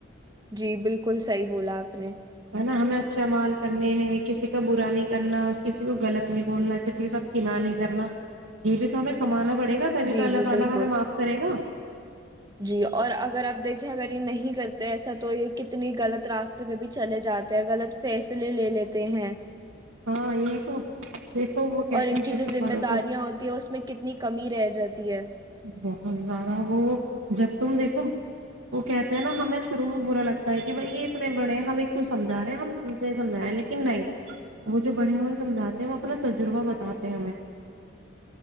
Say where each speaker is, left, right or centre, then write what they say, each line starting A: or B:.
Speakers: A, on the right; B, on the right.
A: جی بالکل صحیح بولا آپ نے
B: ہے نا ہمیں اچھا مال کرنے ہیں کسی کا برا نہیں کرنا کسی کو غلط نہیں بولنا کسی کے ساتھ کنا نہیں کرنا یہ بھی تو ہمیں کمانا پڑتا ے گا تبھی
A: جی
B: تو اللہ
A: جی
B: تایں
A: بالکل
B: معاف کرے گا
A: جی اور اگر آپ دیکھیں اگر یہ نہیں کرتے ایسا تو یہ کتنی غلط راستے میں بھی چلے جاتے ہیں غلط فیصلے لے لیتے ہیں
B: ہاں یہی تو دیکھو وہ کہتے
A: اور ان
B: ہیں
A: کی
B: نا دیکھو
A: جو ذمہ
B: بڑوں
A: داریاں
B: کا
A: ہوتی ہیں اس میں کتنی کمی رہ جاتی تی ہے <unintelligible>
B: بہت زیادہ وہ جب تم دیکھو وہ کہتے ہیں نا ہمیں شروع میں برا لگتا ہے کہ بھائی یہ اتنے بڑے ہیں ہم ایک کو سمھا رہے ہیں ہم نہیں سمجھا رہے ہیں لیکن نہیں وہ جو بڑے ہمیں سمجھاتے ہیں وہ اپنا تجربہ بتاتے ہمیں